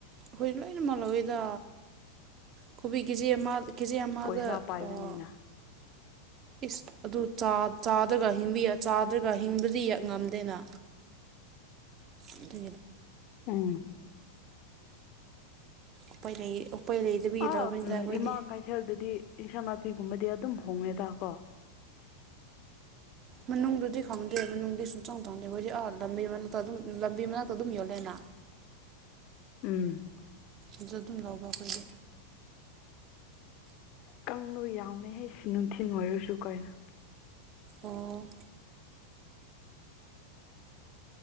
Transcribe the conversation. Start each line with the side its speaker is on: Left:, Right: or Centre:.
Right: ꯑꯩꯈꯣꯏ ꯂꯣꯏꯅꯃꯛ ꯂꯧꯋꯦꯗ ꯀꯣꯕꯤ ꯀꯦꯖꯤ ꯑꯃ ꯀꯦꯖꯤ ꯑꯃꯥꯗ
Left: ꯄꯩꯁꯥ ꯄꯥꯏꯕꯅꯤꯅ
Right: ꯑꯣ ꯏꯁ ꯑꯗꯨ ꯆꯥ ꯆꯥꯗꯒ ꯆꯥꯗ꯭ꯔꯒ ꯍꯤꯡꯕꯗꯤ ꯉꯝꯗꯦꯅ ꯑꯗꯨꯒꯤ <unintelligible>
Left: ꯎꯝ
Right: ꯎꯄꯥꯏ ꯂꯩ ꯑꯩꯈꯣꯏ ꯂꯩꯗꯕꯒꯤꯂꯧꯕꯅꯤꯗ
Left: ꯑꯥ ꯎꯝ
Right: ꯑꯩꯈꯣꯏꯗꯤ
Left: ꯏꯃꯥ ꯀꯩꯊꯦꯜꯗꯗꯤ ꯏꯟꯁꯥꯡ ꯅꯥꯄꯤꯒꯨꯝꯕꯗꯤ ꯑꯗꯨꯝ ꯍꯣꯡꯉꯦꯗ ꯀꯣ
Right: ꯃꯅꯨꯡꯗꯗꯨꯗꯤ ꯈꯪꯗꯦ ꯃꯅꯨꯡꯗꯗꯤ ꯁꯨꯡꯆꯪ ꯆꯪꯗꯦ ꯍꯣꯏꯖꯤꯛ ꯑꯥ ꯂꯝꯕꯤ ꯃꯅꯥꯛꯇ ꯑꯗꯨꯝ ꯂꯝꯕꯤ ꯃꯅꯥꯛꯇ ꯑꯗꯨꯝ ꯌꯣꯜꯂꯦꯅ
Left: ꯎꯝ
Right: ꯑꯗꯨ ꯑꯗꯨꯝ ꯂꯧꯕ ꯑꯩꯈꯣꯏꯒꯤ
Left: ꯀꯝꯃꯒ ꯌꯥꯝꯃꯦꯍꯩ ꯁꯤ ꯅꯨꯡꯊꯤꯜ ꯑꯣꯏꯔꯨꯁꯨ ꯀꯩꯅꯣ
Right: ꯑꯣ